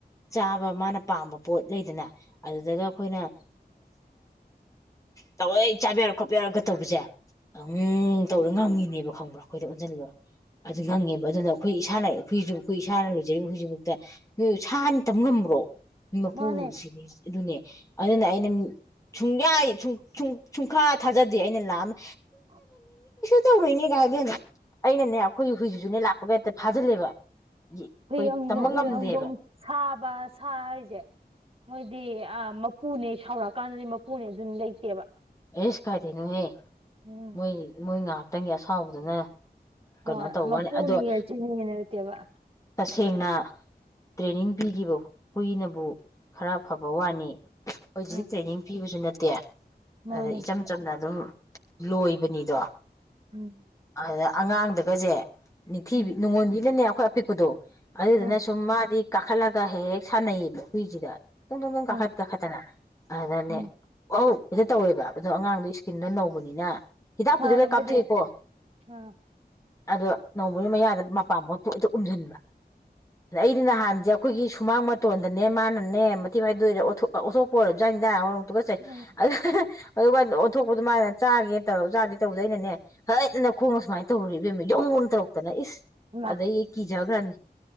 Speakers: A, on the left (about 20°); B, on the right (about 35°).
A: ꯆꯥꯕ ꯃꯥꯅ ꯄꯥꯝꯕ ꯄꯣꯠ ꯂꯩꯗꯅ ꯑꯗꯨꯗꯒ ꯑꯩꯈꯣꯏꯅ <inaudible> ꯇꯧꯔ ꯆꯥꯕ ꯌꯥꯔꯣꯏ ꯈꯣꯠꯄ ꯌꯥꯔꯣꯏꯒ ꯇꯧꯕꯁꯦ ꯎꯝ ꯇꯧꯔ ꯉꯪꯉꯤꯅꯤ ꯅꯦꯕ ꯈꯪꯕ꯭ꯔꯥ ꯑꯩꯈꯣꯏꯗ ꯑꯣꯟꯁꯤꯟꯂꯒ ꯑꯗꯨ ꯉꯪꯉꯦꯕ ꯑꯗꯨꯅ ꯑꯩꯈꯣꯏ ꯏꯁꯥꯅ ꯑꯩꯈꯣꯏꯁꯨ ꯑꯩꯈꯣꯏ ꯏꯁꯥꯅ ꯂꯣꯏꯖꯔꯤꯕ ꯍꯧꯖꯤꯐꯥꯎꯗ ꯅꯣꯏ ꯁꯥꯅꯤ ꯇꯝ ꯉꯝꯕ꯭ꯔꯣ ꯃꯄꯨꯁꯤꯗꯤ
B: ꯃꯥꯅꯦ
A: ꯑꯗꯨꯅꯦ ꯑꯗꯨꯅ ꯑꯩꯅ ꯁꯨꯡꯌꯥ ꯁꯨꯡ ꯨꯁꯨꯡ ꯁꯨꯡꯊꯥ ꯊꯥꯖꯗꯦ ꯑꯩꯅ ꯂꯥꯛꯑꯃ
B: ꯑ
A: ꯇꯧꯔꯣꯏꯅꯦ ꯒꯥꯢ ꯏꯕꯦꯝꯃꯥ ꯑꯩꯅꯅꯦ ꯑꯩꯈꯣꯏ ꯍꯨꯏꯁꯤꯁꯨꯅꯦ ꯂꯥꯛꯄꯒ ꯍꯦꯛꯇ ꯐꯥꯖꯤꯜꯂꯦꯕ ꯑꯩꯈꯣꯏ
B: ꯍꯨꯏ ꯍꯪꯗꯣ
A: ꯇꯝꯕ
B: ꯍꯨꯏ
A: ꯉꯝꯗꯦꯕ
B: ꯍꯪꯗꯣꯡ ꯁꯥꯕ ꯁꯥ ꯍꯥꯏꯁꯦ ꯃꯣꯏꯗꯤ ꯑꯥ ꯃꯄꯨꯅꯦ ꯁꯥꯎꯔꯛꯀꯥꯟꯗꯗꯤ ꯃꯄꯨꯅꯦ ꯑꯗꯨꯅꯤ ꯂꯩꯇꯦꯕ
A: ꯑꯦꯁ ꯀꯥꯏꯗꯩꯅꯣꯍꯦ
B: ꯎꯝ
A: ꯃꯣꯏ ꯃꯣꯏꯅꯥ ꯉꯥꯇꯪꯒꯤ ꯑꯁꯥꯎꯕꯗꯨꯅ ꯀꯩꯅꯣ
B: ꯍꯣꯏ
A: ꯇꯧꯕ
B: ꯃꯄꯨꯅꯤ
A: ꯋꯥꯅꯤ ꯑꯗꯣ
B: ꯁꯤꯅꯤꯅ ꯂꯩꯇꯦꯕ
A: ꯕꯦꯝꯃ ꯇ꯭ꯔꯦꯅꯤꯡ ꯄꯤꯈꯤꯕ ꯍꯨꯏꯅꯕꯨ ꯈꯔ ꯐꯕ ꯋꯥꯅꯤ ꯑꯩꯏꯈꯣꯏ ꯖꯤꯗꯤ
B: ꯎꯝ
A: ꯇ꯭ꯔꯦꯅꯤꯡ ꯄꯤꯕꯁꯨ ꯅꯠꯇꯦ ꯇꯦ
B: ꯃꯥꯅꯦ
A: ꯑꯗ ꯏꯆꯝ ꯆꯝꯅ ꯑꯗꯨꯝ ꯂꯣꯏꯕꯅꯤꯗꯣ
B: ꯎꯝ
A: ꯑꯗꯨꯅ ꯑꯉꯥꯡꯗꯒꯖꯦ ꯅꯤꯡꯊꯤꯕꯤ
B: ꯎꯝ
A: ꯅꯨꯡꯉꯣꯟꯕꯤ ꯅꯅꯦ ꯈꯣꯏ ꯑꯄꯤꯛꯄꯗꯨ ꯑꯗꯨꯗꯨꯅ
B: ꯎꯝ
A: ꯁꯨꯝꯃꯥꯗꯤ ꯀꯥꯈꯠꯂꯒ ꯍꯦꯛ ꯍꯦꯛ ꯁꯥꯟꯅꯩꯌꯦꯕ ꯍꯨꯏꯁꯤꯗ ꯇꯨꯡ ꯇꯨꯡ ꯇꯨꯡ ꯀꯥꯈꯠ
B: ꯎꯝ
A: ꯀꯥꯈꯠꯇꯅ ꯑꯗꯅꯦ
B: ꯎꯝ
A: ꯋꯧ ꯑꯗ ꯇꯧꯋꯦꯕ ꯑꯗꯣ ꯑꯉꯥꯡꯗꯣ ꯏꯁꯀꯤꯟꯗ ꯅꯧꯕꯅꯤꯅ ꯍꯤꯗꯥꯛ
B: ꯃꯥꯅꯦ
A: ꯄꯨꯗꯤ ꯂꯣꯏ ꯀꯥꯞꯊꯣꯛꯏꯀꯣ
B: ꯃꯣꯏꯗꯤ ꯑꯥ
A: ꯑꯗꯣ ꯅꯧꯕꯒꯤ ꯃꯌꯥꯗ ꯃꯄꯥꯝꯕꯣꯝꯗ ꯊꯣꯛ ꯍꯦꯛꯇ ꯎꯝꯖꯟꯕ ꯑꯗ ꯑꯩꯗꯤ ꯅꯍꯥꯟꯖꯦ ꯑꯩꯈꯣꯏꯒꯤ ꯁꯨꯃꯥꯡ ꯃꯇꯣꯟꯗꯅꯦ ꯃꯥꯅꯅꯦ ꯃꯊꯤ ꯐꯥꯏꯗꯣꯛꯏꯔꯥ ꯑꯣꯊꯣꯛ ꯑꯣꯊꯣꯛꯄ ꯑꯣꯏꯔꯞꯖꯥꯠ ꯅꯤꯗ ꯍꯣꯡ ꯇꯨꯒꯠꯆꯩ
B: ꯎꯝ
A: ꯍꯍꯍ ꯑꯗꯨ ꯀꯥꯏꯅꯗ ꯑꯣꯟꯊꯣꯛꯄ ꯗꯨ ꯃꯥꯅ ꯆꯥꯒꯦꯅ ꯇꯧꯔꯖꯥꯠꯅꯤ ꯇꯧꯕꯗ ꯑꯩꯅꯅꯦ ꯍꯥꯏꯠ ꯑꯅ ꯈꯣꯡ ꯗꯨꯃꯥꯏ ꯇꯧꯔꯨꯔꯦ ꯏꯕꯦꯝꯃ ꯌꯧ ꯑꯅ ꯇꯧꯔꯛꯇꯅ ꯏꯁ
B: ꯏꯃꯥ
A: ꯑꯗꯩ ꯑꯩ ꯀꯤꯖꯒ꯭ꯔꯝꯅꯤ